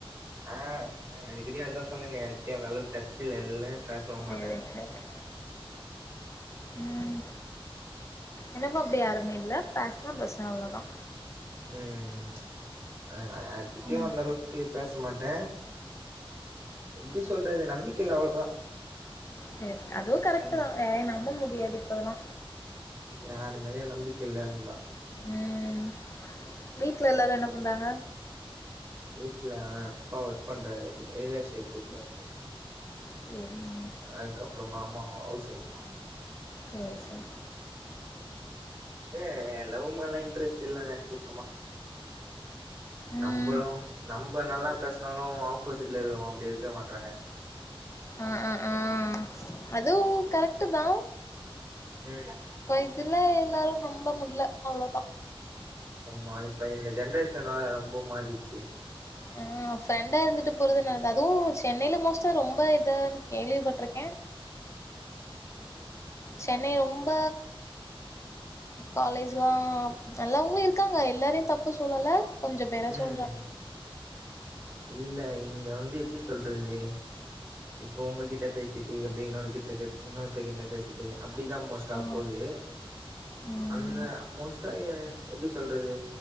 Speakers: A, on the right (about 25°); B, on the left (about 30°).
A: ஆ யார்கிட்டயு அதா சொன்னேனே யார்கிட்டயு அந்தளவு டச் இல்ல எல்லா பேசவு
B: சரி
A: மாட்டேனு
B: சரி ம் எனக்கு அப்டி யாருமே இல்ல பேசுனா பேசுவ அவ்ளோதா
A: ம் அத நா யார்க்கிட்டயு
B: ம்
A: அந்தளவுக்கு பேச மாட்டே எப்டி சொல்றது நம்பிக்கை இல்ல அவ்ளோதா
B: சரி அதுவு கரெக்ட்
A: ம்
B: தா யாரையும் நம்ப முடியாது இப்பல்லா
A: யாருமேலயு நம்பிக்க இல்ல அவ்ளோதா
B: ம் ம் வீட்ல எல்லாரு என்ன பண்றாங்க
A: வீட்ல அப்பா ஒர்க் பண்றாரு ரியல் எஸ்டேட் பிஸ்நஸ்
B: சரிங்க
A: அதுக்கப்பறமா அம்மா ஹவுஸ் ஒயிஃப்
B: சரி சரி
A: அ லவ் மேலலா இன்ட்ரெஸ்ட் இல்லங்க சுத்தமா
B: ம்
A: நம்பளு நம்ம நல்லா பேசுனாலு ஆப்போசிட்ல இருக்கவங்க அப்டி இருக்க மாட்றாங்க
B: ம் ம் ஆ அது கரெக்ட் தா
A: ம்
B: இ இதுல எல்லாரு நம்ப முடில அவ்ளோதா
A: ஆமா இப்ப இந்த ஜென்ரேஷனால ரொம்ப மாறிச்சு
B: அ ஃப்ரெண்டா இருந்துட்டு போறதுனாலதா அதுவு சென்னைல மோஸ்ட்டா ரொம்ப இதன் கேள்விப்பட்ருக்கே
A: ம்
B: சென்னை ரொம்ப காலேஜ்லா நல்லவங்களு இரு இருக்காங்க எல்லாரையும் தப்பு சொல்லல கொஞ்சம் பேற
A: ம்
B: சொல்ற
A: இல்ல இங்க வந்து எப்டி சொல்றது இப்ப உங்ககிட்ட பேசிட்டு எப்படி இன்னொரு கிட்ட இன்னொருத்த கிட்ட பேசிட்டு அப்படிதா மோஸ்டா
B: ஆ
A: போகுது
B: ம்
A: அந்த மோஸ்டா எப்புடி சொல்றது